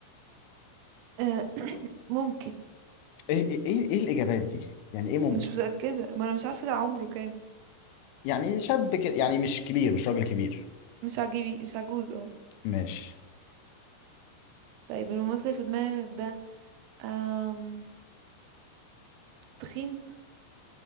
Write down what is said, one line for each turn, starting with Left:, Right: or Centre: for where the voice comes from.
Right: آه <coughs> ممكن
Left: ايه ايه ايه إيه الإجابات دي يعني ايه ممكن
Right: مش متأكدة ما أنا مش عارفة ده عمره كام
Left: يعني شاب كده يعني مش كبير مش راجل كبير
Right: مش عجيبي مش عجوز اه
Left: ماشي
Right: طيب الممثل اللي في دماغك ده آم تخين